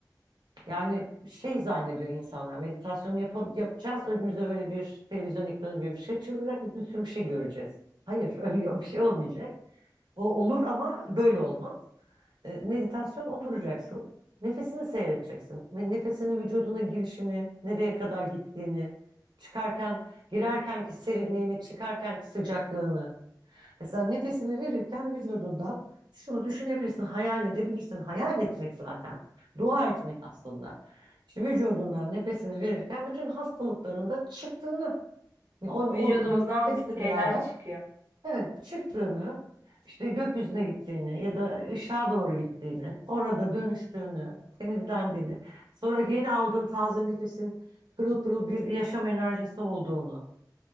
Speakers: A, on the right; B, on the right.
A: Yani şey zannediyor insanlar meditasyon yap yapacağız önümüze böyle bir televizyon ekranı gibi bir şey çıkacak biz bir sürü bir şey göreceğiz. Hayır <laughs> öyle bir şey olmayacak. O olur ama böyle olmaz. E, meditasyon oturacaksın. Nefesini seyredeceksin. Ve Nefesini vücuduna girişini, nereye kadar gittiğini, çıkarken, girerkenki serinliğini, çıkarkenki sıcaklığını. Mesela nefesini verirken vücudundan şunu düşünebilirsin, hayal edebilirsin. Hayal etmek zaten. Dua etmek aslında. İşte vücudundan nefesini verirken bütün hastalıklarında çıktığını, yani o,
B: Vücudumuzdan
A: o nefesle
B: bir
A: beraber
B: şeyler çıkıyor.
A: Evet, çıktığını, işte gökyüzüne gittiğini ya da ışığa doğru gittiğini, orada dönüştüğünü, temizlendiğini, sonra yeni aldığın taze nefesin pırıl pırıl bir yaşam enerjisi olduğunu.